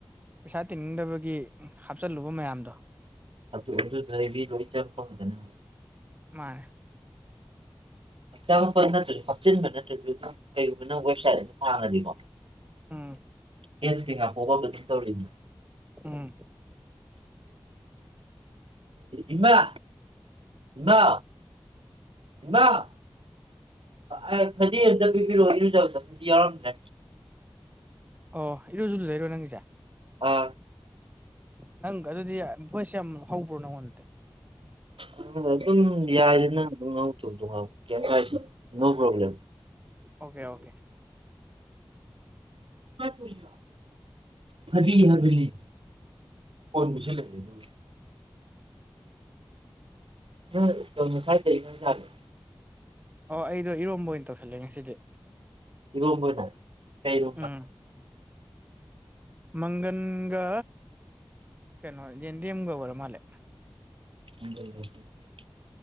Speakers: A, on the right; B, on the right.
A: ꯄꯩꯁꯥ ꯇꯤꯡꯅꯤꯡꯗꯕꯒꯤ ꯍꯥꯞꯆꯤꯜꯂꯨꯕ ꯃꯌꯥꯝꯗꯣ
B: ꯑꯗꯨ ꯑꯗꯨꯕꯤ ꯂꯣꯏ ꯆꯪꯄꯗꯅ
A: ꯃꯥꯅꯦ
B: ꯑꯉꯄ ꯅꯠꯇ꯭ꯔꯁꯨ ꯍꯥꯞꯆꯤꯟꯕ ꯅꯠꯇ꯭ꯔꯁꯨꯪ ꯀꯩꯒꯨꯝꯕ ꯅꯪ ꯋꯦꯕꯁꯥꯏꯠ ꯑꯗꯨꯝ ꯍꯥꯡꯉꯅꯤꯀꯣ
A: ꯎꯝ
B: ꯑꯦꯠ ꯀꯩ ꯉꯥꯄꯣꯛꯕꯕ ꯑꯗꯨꯝ ꯇꯧꯔꯤꯅꯤ
A: ꯎꯝ
B: ꯏꯃꯥ ꯏꯃꯥ ꯏꯃꯥ ꯑ ꯐꯗꯤ ꯑꯝꯇ ꯄꯤꯕꯤꯔꯛꯑꯣ ꯏꯅ ꯆꯧꯗ ꯐꯗꯤ ꯌꯥꯎꯔꯝꯗ꯭ꯔꯦ
A: ꯑꯣ ꯏꯔꯣꯖꯨꯂꯨꯖꯩꯔꯣ ꯅꯪꯒꯤꯖ‌ꯦ
B: ꯑ
A: ꯅꯪꯒ ꯑꯗꯨꯗꯤ ꯚꯣꯏꯁ ꯌꯥꯝ ꯍꯧꯕ꯭ꯔꯣ ꯅꯪꯉꯣꯟꯗꯗꯤ
B: ꯑꯗꯨꯅ ꯑꯗꯨꯝ ꯌꯥꯏꯗꯅ ꯑꯗꯨꯝ ꯉꯥꯎꯗꯧ ꯑꯗꯨꯝ ꯉꯥꯎ ꯀꯌꯤꯝ ꯀꯥꯏꯗꯦ ꯅꯣ ꯄꯔꯣꯕ꯭ꯂꯦꯝ
A: ꯑꯣꯀꯦ ꯑꯣꯀꯦ
B: ꯀꯥꯏꯄꯨꯔꯤꯅꯣ ꯐꯕꯤ ꯍꯥꯕꯅꯤ ꯐꯣꯟ ꯄꯤꯁꯜꯂꯛꯑꯦ ꯑꯗꯨꯒ ꯅꯣꯏ ꯀꯩ ꯉꯥꯁꯥꯏ ꯀꯩ ꯏꯟꯖꯥꯡ ꯆꯥꯒꯦ
A: ꯍꯣ ꯑꯩꯗꯣ ꯏꯔꯣꯝꯕ ꯑꯣꯏꯅ ꯇꯧꯁꯜꯂꯦ ꯉꯁꯤꯗꯤ
B: ꯏꯔꯣꯝꯕꯅ ꯀꯩ ꯏꯔꯣꯝꯕ
A: ꯎꯝ ꯃꯪꯒꯟꯒ ꯀꯩꯅꯣ ꯌꯦꯟꯗꯦꯝꯒ ꯑꯣꯏꯔ ꯃꯥꯂꯦ
B: <unintelligible>